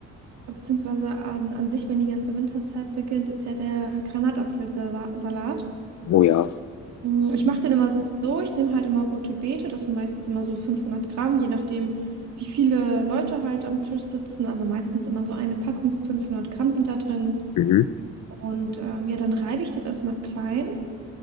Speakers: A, on the right; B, on the left.
A: beziehungsweise an, an sich, wenn die ganze Winterzeit beginnt, ist ja der Granatapfelsalat.
B: Oh ja.
A: Mm, Ich mache den immer so, ich nehme halt immer rote Beete, das sind meistens immer so 500 Gramm, je nachdem, wie viele Leute halt am Tisch sitzen, aber meistens immer so eine Packung, 500 Gramm sind da drin.
B: Mhm.
A: Und ähm, ja, dann reibe ich das erstmal klein